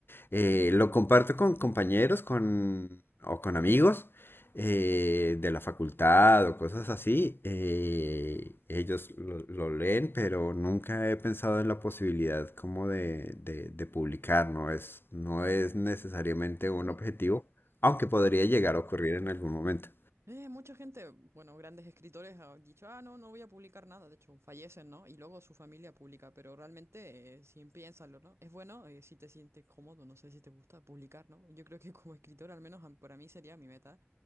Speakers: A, on the left (about 55°); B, on the right (about 80°).
A: Eh, lo comparto con compañeros con, o con amigos eh, de la facultad o cosas así. eh, ellos lo, lo leen, pero nunca he pensado en la posibilidad como de, de, de publicar. No es, no es necesariamente un
B: Mm.
A: objetivo, aunque podría llegar a ocurrir en algún momento.
B: Eh, mucha gente, bueno, grandes escritores han dicho, ah, no, no voy a publicar nada. De hecho, fallecen, ¿no? Y luego su familia publica, pero realmente, eh, sin piénsalo, ¿no? Es bueno, eh, si te sientes cómodo, no sé si te gusta publicar, ¿no? Yo creo que como escritor, al menos am- para mí sería mi meta.